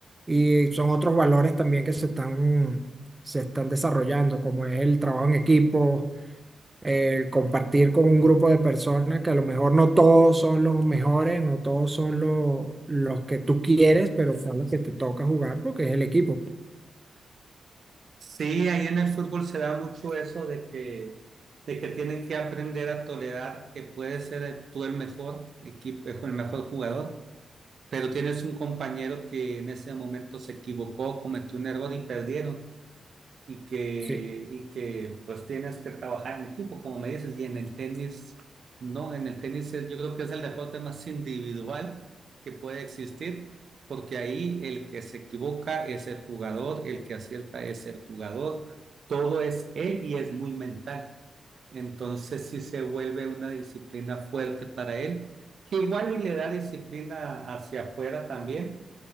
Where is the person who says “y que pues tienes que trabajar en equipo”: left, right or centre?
Right